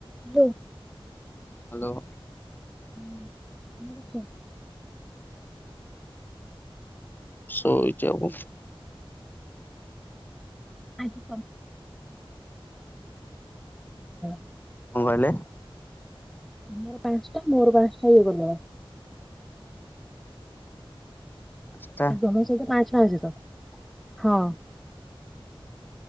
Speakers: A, in the centre; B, on the left.
A: Hello.
B: Hello.
A: ହୁଁ କଣ କରୁଛ?
B: ସୋଇଚି ଆଉ କଣ
A: ଆଜି <unintelligible>
B: କଣ କହିଲେ?
A: ତମର ପାଞ୍ଚଟା ମୋର ପାଞ୍ଚଟା ଇଏ କରିଦବା।
B: ପା
A: ତମର <unintelligible> ତ ହଁ।